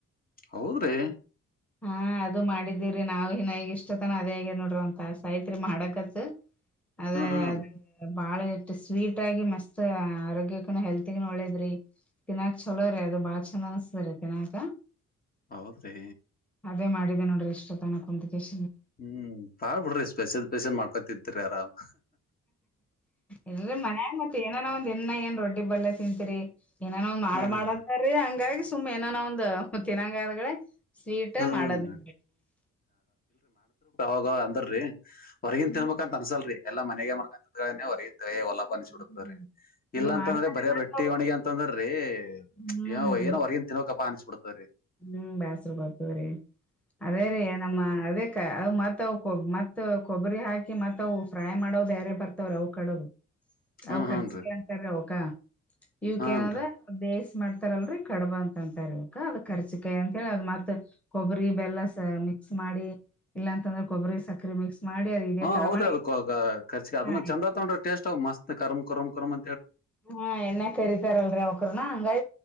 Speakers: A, on the left (about 30°); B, in the centre.
A: ಹೌದ್ರಿ
B: ಹಾ ಅದು ಮಾಡಿದೀವ್ರರಿ ನಾವವು ಹನ್ಗ ಇಷ್ಟತನ ಅದೇ ಆಗ ನೋಡ್ರಿ ಒಂತಸ ಆಐತ್ರಿ ಮಾಡಕತ್ ಅದ
A: ಹಾ ಹಾ
B: ಅದ ಬಾಳ ಎಷ್ಟು ಸ್ವೀಟ್ ಆಗಿ ಮಸ್ತ್ ಆರೋಗ್ಯಕ್ಕನು ಹೆಲ್ತ್ಗ ಒಳ್ಳೇದ್ರಿ ತಿನಾಕ್ ಚಲೋ ರೇ ಅದು ಬಾಳ ಚಂದ ಅನಿಸಸ್ತ ರೀ ತಿನಾಕ
A: ಹೌದ್ರಿ.
B: ಅದೇ ಮಾಡಿದೆ ನೋಡ್ರಿ ಇಷ್ಟೊ ತನ ಕುಂತಿಕೇಶ
A: ಹ್ಮ್ ಬಾ ಬಿಡ್ರಿ ಸ್ಪೆಷಲ್ ಸ್ಪೆಷಲ್ ಮಾಡ್ಕೊತತ್ರಿ ಆರಾಮ್
B: ಇಲ್ರಿ ಮನ್ಯನ್ ಮತ್ತ ಏನನ ಒಂದ ಇನ್ನ ಏನ್ ರೊಟ್ಟಿ ಬಲ್ಲೆ ತಿಂತೀರಿ ಏನನ ಒಂದ್
A: ಹ್ಮ್,
B: ಮಾಡಂತ್ರರಿ ಹಂಗಾಗಿ ಸುಮ್ಮ್ ಏನಾನೋ ಒಂದ್ ತಿನಂಗಾದಗಳ ಸೀಟ
A: ಹ್ಮ್.
B: ಮಾಡದಡ
A: ೋಗ ಅಂದ್ರೀ ಹೊರಗಿನ
B: ಹ್ಮ್
A: ತಿನ್ಬೇಕಂತ ಅನ್ಸಲ್ರಿ ಎಲ್ಲ ಮನೆಕ ಹೊರಗಿ ನಿಸಿಬ ಬಿಡತಾರೆ
B: ಹ್ಮ್ ಇದು
A: ಇಲ್ಲಾ ಅಂತಂದ್ರೆ
B: ಮಾಡ್ತಾನೆ
A: ಬರ
B: ಮತ್
A: ರೊಟ್ಟಿ
B: ಅವು
A: ಒಣಗಿ ಅಂತಂದ್ರೀ
B: ಹ್ಮ್
A: ಏನ್ ಏನೋ ವರ ತಿನೋ ಕಪ್ಪಾ ಅಂಚು ಬಿಡ್ತಾರೆ
B: ಹ್ಮ್ ಬ್ಯಾಸರ ಬರ್ತದ್ರಿ ಅದೇ ರೀ ನಮ್ಮ ಅದ ಅ ಮತ್ ಮತ್ ಮ ಕೊಬ್ಬರಿ ಹಾಕಿ ಮತ್ತವು ಫ್ರೈ ಮಾಡೋದು ಬೇರೆ ಬರ್ತವ್ರ ಅವು್ ಕಡ
A: ಹ್ಮ್,
B: ಅವ ಖರ್ಚಿಗೆ
A: ಹೂನ್ರಿ.
B: ಅಂತಾರ ಅವಕ ಇವಕೇಏನದ
A: ಹಾನ್ರಿ.
B: ೇಸ್ ಮಾಡ್ತಾರಲ್ರರಿ ಕಡಬಾ ಅಂತ ಅಂತ ಇರ್ಬೇಕ ಅದ ಕರ್ಚಿಕಾಯಿ ಅಂತ ಹೇಳಿ ಅ ಮತ್ ಕೊಬರಿ ಬೆಲ್ಲ ಮಿಕ್ಸ್ ಮಾಡಿ ಇಲ್ಲಾಂತಂದ್ರೆ ಕೊಬ್ಬರಿ ಸಕ್ರೆ ಮಿಕ್ಸ್ ಮಾಡಿ ಅದ್ ಇದೇ
A: ಹ
B: ತರ
A: ಹೌದ್ರಿ
B: ಮಾಡಿ
A: ಅದ ಕರ್ಿ ಅದನ್ನ
B: ಹಾ
A: ಚೆರ ತೊಂಡ್ರ ಟೇಸ್ಟ್ ಮತ್ ಕರ್್ ಕರಮ್ ಕರ್ಮ್
B: ಹಾ ಎಣ್ಣ ಕರತಾರಲ್ರರಿ ಅವಕ್ರನ ಹಂಗೈ